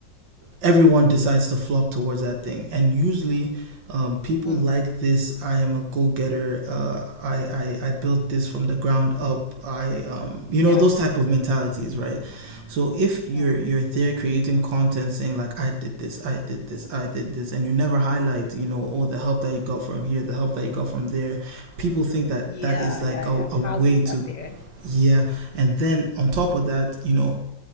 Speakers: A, on the right; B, on the left.
A: everyone decides to flock towards that thing. And usually, um, people
B: mm.
A: like this. I am a go-getter. Uh, I, I I built this from the ground up. I um, you know
B: yeah
A: those type of mentalities, right? So if you're
B: mm.
A: you're there creating content saying like I did this, I did this, I did this, and you never highlight you know all the help that you got from here, the help that you got from there, people think that
B: yeah
A: that is like
B: yeah
A: a,
B: yeah
A: a way
B: how you got
A: to
B: there
A: yeah. And then on top of that, you know